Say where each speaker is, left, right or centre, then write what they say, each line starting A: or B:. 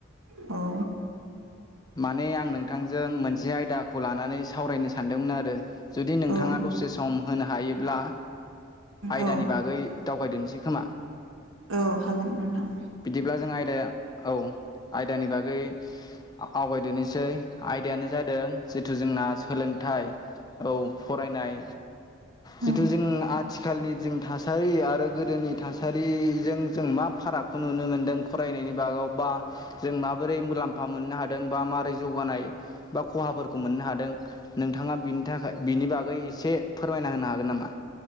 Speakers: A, on the right; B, on the left.
A: औ
B: माने आं नोंथांजों मोनसे आयदाखौ लानानै सावरायनो सानदोंमोन आरो जुदि नोंथाङा
A: औ
B: दसे सम होनो हायोब्ला आयदानि
A: औ
B: बागै दावगायदसै जि खोमा
A: औ हागोन नोंथां
B: बिदिब्ला जों आयदाया औ आयदानि बागै आवगायदोननोसै आयदायानो जादों जिथु जोंना सोलोंथाइ औ फरायनाय जिथु
A: औ
B: जों आथिखालनि जों थासारि आरो गोदोनि थासा रि जों मा फारागखौ नुनो मोनदों फरायनायनि बागाव बा जों माबोरै मुलाम्फा मोनो हादों बा मरै जोगाना खहा मोननो हादों नोंथाङा फिनिश थाखाय बागै एसे फोरमायना होनो हागोन नामा?